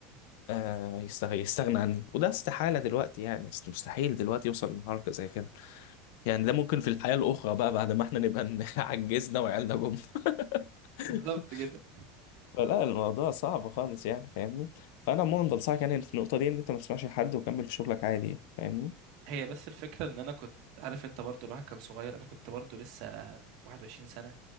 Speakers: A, on the left; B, on the right.
A: آه يستغ- يستغنى عني وده استحاله دلوقتي يعني است- مستحيل دلوقتي يوصل لمرحله زي كده يعني ده ممكن في الحياه الاخرى بقى بعد ما احنا نبقى <laughs> عجزنا وعيالنا جم <laughs>
B: بالظبط كده
A: فلا الموضوع صعب خالص يعني فاهمني فانا عموما بنصحك يعني في النقطه دي ان انت ما تسمعش لحد وكمل في شغلك عادي يعني، فاهمني
B: هي بس الفكرة ان انا كنت عارف انت برضو الواحد كان صغير انا كنت برضو لسه 21 سنة